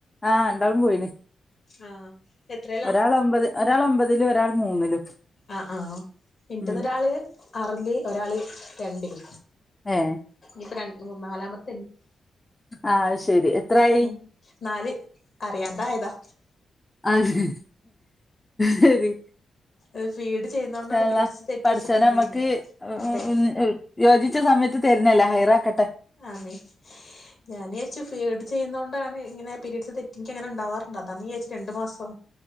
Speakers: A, on the left; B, on the left.
A: ആഹ രണ്ടാളും പോയിന്
B: ആഹ് എത്രേലാ
A: ഒരാൾ ഒമ്പത് ഒരാൾ ഒമ്പതിലും ഒരാൾ മൂന്നിലും
B: ആഹ ആഹ ഇൻ്റത്
A: ഉം
B: ഒരാള് ആറില് ഒരാള് രണ്ടില്
A: ഏഹ്
B: ഇപ്പോ രണ്ട് നാലാമത്തെ
A: ആഹ് ശരി എത്രായി
B: ഉം നാല് അറിയാണ്ടാ ആയതാ
A: ആഹ് ശരി
B: അത് ഫീഡ് ചെയ്യുന്നോണ്ടാണ്
A: ഇൻശാ അല്ലഹ്
B: പീരീഡ്സ് തെറ്റിവെച്ചിട്ടുണ്ട്
A: പഠച്ചോന് നമ്മക്ക്
B: ഞാന്
A: <unintelligible>
B: അതെ
A: യോജി ഉച്ച സമയത്ത് തരല്ലേ ഹൈറ ആക്കട്ടെ
B: ആമേ ഞാൻ വിചാരിച്ചു ഫിഡ് ചെയ്യുന്നൊണ്ടാണ് ഇങ്ങനെ പരീഡസ് തെറ്റിക്ക അങ്ങനെ ഉണ്ടാവാറുണ്ട് അതാന്നു വിചാരിച്ചു രണ്ട് മാസം